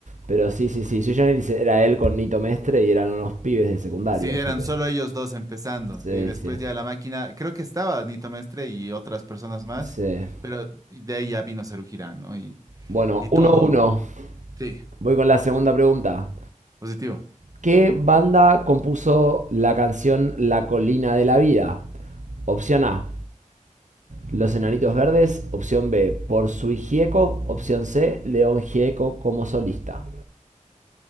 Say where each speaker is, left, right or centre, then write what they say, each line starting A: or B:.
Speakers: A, on the right; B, on the right.
A: Pero sí, sí, sí. Sui Generis era él con Nito Mestre y eran unos pibes de secundario,
B: Sí,
A: así
B: eran
A: que.
B: solo ellos dos empezando
A: Sí,
B: y después
A: sí,
B: ya la máquina, creo que estaba Nito Mestre y otras personas más,
A: sí.
B: pero de ahí ya vino Cerujirán, ¿no? Y,
A: Bueno,
B: y
A: 1
B: todo.
A: uno.
B: Sí,
A: Voy con la segunda pregunta.
B: positivo.
A: ¿Qué banda compuso la canción La Colina de la Vida? Opción A, Los Enanitos Verdes. Opción B, Por Sui Gieco. Opción C, León Gieco como solista.